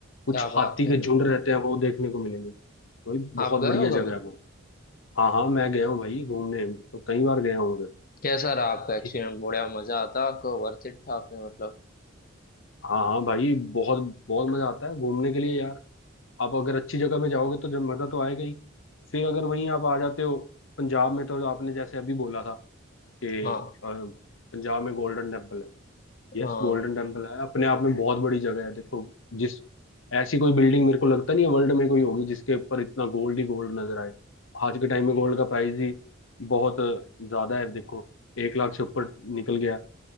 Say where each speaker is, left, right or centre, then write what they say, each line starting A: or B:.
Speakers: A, on the left (about 70°); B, on the left (about 45°).
A: कुछ
B: क्या बात
A: हाथी
B: कर
A: के झुंड
B: रहे
A: रहते हैं वो देखने को मिलेंगे वही
B: हो आप
A: बहुत
B: गए
A: बढ़िया
B: हो
A: जगह
B: कभी
A: है वो हाँ हाँ मैं गया हूँ भाई घूमने तो कई बार गया हूँ उधर
B: कैसा रहा आपका एक्सपीरियंस
A: ठीक।
B: बढ़िया मजा आता है आपको वर्थ इट था आपने मतलब
A: हाँ हाँ भाई बहुत बहुत मजा आता है घूमने के लिए यार आप अगर अच्छी जगह में जाओगे तो जब मजा तो आएगा ही फिर अगर वहीं आप आ जाते हो पंजाब में तो आपने जैसे अभी बोला था कि
B: हाँ
A: अ, पंजाब में गोल्डन टेम्पल है यस
B: हाँ
A: गोल्डन टेम्पल है अपने आप में बहुत बड़ी जगह है देखो जिस ऐसी कोई बिल्डिंग मेरे को लगता नहीं है वर्ल्ड में कोई होगी जिसके ऊपर इतना गोल्ड ही गोल्ड नजर आए आज के टाइम में गोल्ड का प्राइस ही बहुत ज्यादा है देखो एक लाख से ऊपर निकल गया